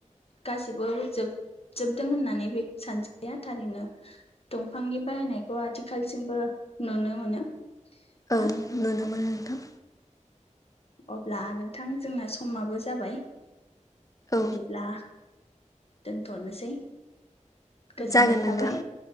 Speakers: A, on the left; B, on the left.
A: गासिबो जोबजोबदों होननानै बे सानजाया थारैनो दंफांनि बाहायनायखौ आथिखालसिमबो नुनो मोनो
B: औ
A: ना
B: नुनो मोनो नोंथां
A: अब्ला नोंथां जोंना समाबो जाबाय
B: औ
A: बिदिब्ला दोनथ'नोसै गोजोननाय
B: जागोन नोंथां
A: थाबाय